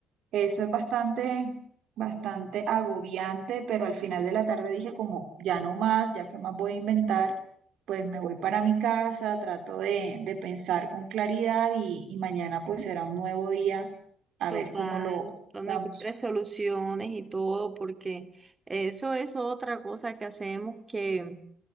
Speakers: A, on the right; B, on the right.
A: Eso es bastante, bastante agobiante, pero al final de la tarde dije como, ya no más, ya que más voy a inventar, pues me voy para mi casa, trato de, de pensar con claridad y, y mañana pues será un nuevo día, a
B: Total,
A: ver cómo lo
B: donde
A: estamos.
B: encuentres soluciones y todo, porque eso es otra cosa que hacemos que